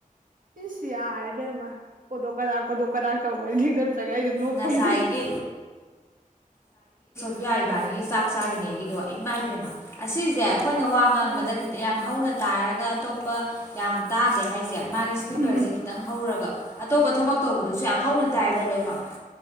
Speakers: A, on the right; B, on the left.
A: ꯏꯁ ꯌꯥꯔꯦꯕꯦꯝꯃ ꯀꯣꯊꯣꯛ ꯀꯗꯥ ꯀꯣꯊꯣꯛ ꯀꯗꯥꯥꯛ ꯇꯧꯕꯅꯤ ꯁꯒꯥꯏꯗ ꯅꫭꯛꯄꯩ
B: ꯉꯁꯥꯏꯒꯤ ꯏꯌꯥ ꯏꯕꯥꯅꯤꯒꯤ ꯆꯥꯛ ꯆꯥꯔꯤꯉꯩꯒꯤꯗꯣ ꯏꯃꯥ ꯏꯕꯦꯝꯃ ꯑꯁꯤꯁꯦ ꯑꯩꯈꯣꯏꯅ ꯋꯥ ꯉꯥꯡꯕꯗꯇ
A: ꯎꯝ
B: ꯌꯥꯝ ꯍꯧꯅ ꯇꯥꯔꯒ ꯑꯇꯣꯞꯄ ꯌꯥꯝ ꯇꯥꯗꯦ ꯍꯥꯏꯁꯦ ꯃꯥꯒꯤ ꯏꯁꯄꯤꯀꯔꯁꯦ
A: ꯎꯝ
B: ꯈꯤꯇꯪ ꯍꯧꯔꯒ ꯑꯇꯣꯞꯄ ꯊꯕꯛ ꯇꯧꯕꯗꯨꯁꯨ ꯌꯥꯝ ꯍꯧꯅ ꯇꯥꯏꯕ ꯂꯣꯏꯅꯃꯛ